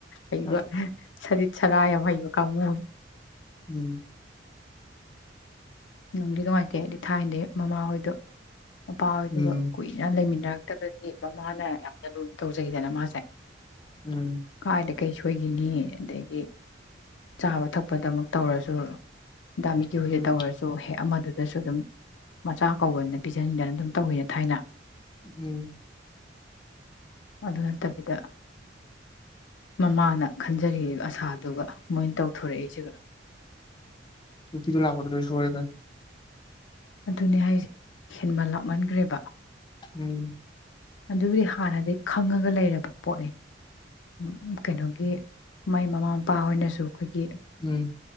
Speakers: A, on the left (about 80°); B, on the left (about 25°).
A: ꯑꯣ
B: ꯍꯣꯏ
A: ꯁ ꯆꯔꯥ ꯌꯥꯝ ꯀꯃꯦ
B: ꯎꯝ
A: ꯅꯨꯡꯗꯤ ꯅꯨꯡꯉꯥꯏꯇꯦ ꯑꯩꯗꯤ ꯊꯥꯏꯅꯗꯤꯩ ꯃꯃꯥꯍꯣꯏꯗ ꯃꯄꯥ ꯍꯣꯏꯗꯨꯒ
B: ꯎꯝ
A: ꯀꯨꯏꯅ ꯂꯩꯃꯤꯟꯅꯔꯒ ꯕꯗꯤ ꯃꯃꯥꯅ ꯌꯥꯝꯅ ꯂꯨꯅ ꯇꯧꯖꯩꯗꯅ ꯃꯥꯁꯦ
B: ꯎꯝ
A: ꯀꯥꯏꯗ ꯀꯩ ꯁꯣꯏꯈꯤꯅꯤ ꯑꯗꯒꯤ ꯆꯥꯕ ꯊꯛꯄꯗꯃꯛ ꯇꯧꯔꯁꯨ ꯗꯥꯃꯤꯒꯤ ꯍꯁꯦ
B: ꯎꯝ
A: ꯇꯧꯔꯁꯦ ꯍꯦꯛ ꯑꯃꯗꯨꯗꯁꯨ ꯑꯗꯨꯝ ꯃꯆꯥ ꯀꯧꯕꯅ ꯄꯤꯖꯅꯤꯡꯗꯅ ꯑꯗꯨꯝ ꯇꯧꯋꯤꯅ ꯊꯥꯏꯅ
B: ꯎꯝ
A: ꯑꯗꯨ ꯅꯠꯇꯕꯤꯗ ꯃꯃꯥꯅ ꯈꯟꯖꯔꯤ ꯑꯁꯥꯗꯨꯒ ꯃꯣꯏꯅ ꯇꯧ ꯊꯣꯔꯛꯏꯁꯤꯦꯒ
B: ꯝꯤꯁꯨ ꯂꯥꯛꯄꯗ ꯑꯣꯏꯣꯏ ꯁꯣꯏꯦ
A: ꯑꯗꯨꯅꯦ ꯍꯥꯏꯁ ꯍꯦꯟꯕꯟ ꯂꯥꯛꯃꯟꯈ꯭ꯔꯦꯕ
B: ꯎꯝ
A: ꯑꯗꯨꯕꯨꯗꯤ ꯍꯥꯟꯅꯗꯤ ꯈꯪꯉꯒ ꯂꯩꯔꯕ ꯄꯣꯠꯅꯤ ꯎꯝ ꯀꯩꯅꯣꯒꯤ ꯃꯥꯏ ꯃꯃꯥ ꯃꯄꯥ ꯍꯣꯏꯅꯁꯨ ꯑꯩꯈꯣꯏꯒꯤ
B: ꯎꯝ